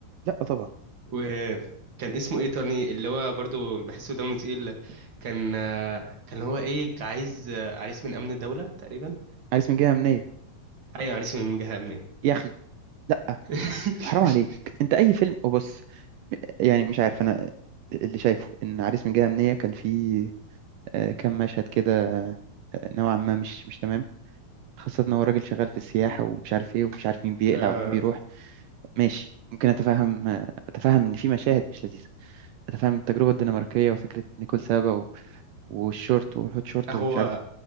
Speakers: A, on the right; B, on the right.
A: لا طبعا
B: وكان اسمه ايه ترني اللي هو برضو بحسه دمه تقيل كان آه، كان هو ايه عايز آه، عريس من امن الدولة تقريبا
A: عريس من جهة أمنية
B: ايوه عريس من جهة امنية
A: يا أخي لا
B: <laughs>
A: حرام عليك أنت أي فيلم وبص يعني مش عارف أنا اللي شايفه إن عريس من جهة أمنية كان فيه آه، كام مشهد كده آه، نوعا ما مش مش تمام خاصة إن هو راجل شغال في السياحة ومش عارف إيه ومش عارف مين بيقلع
B: آه،
A: ومين بيروح ماشي ممكن أتفهم آه، أتفهم إن في مشاهد مش لذيذة أتفهم التجربة الدنماركية وفكرة نيكول سابا و- والشورت والهوت شورت
B: هو
A: ومش عارف